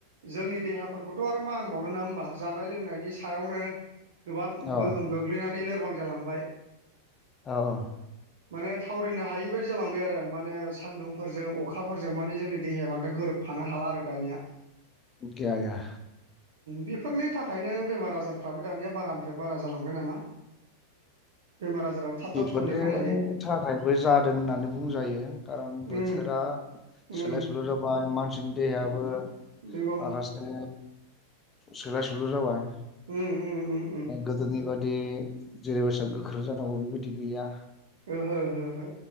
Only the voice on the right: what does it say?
जोंनि देहाफोरखौथ' आरो मा होनबावनो नङा होमबा जानाय लोंनायनि सायावनो गोबां
गोहोम गोग्लैनानै लोरबां जालांबाय।
माने थावरिनो हायि बायदि जालांबाय आरो माने सान्दुंफोरजों अखाफोरजों माने जोंनि देहाया बांद्राय गोरोब फानो हाला आरो दानिया।
बेफोरनि थाखायनो बेमार आजारफ्राबो दानिया बारानिफ्राय बारा जालांबाय नामा। <inaudible>
हायो
उम उम
नंगौ
उम उम उम उम
ओहो ओहो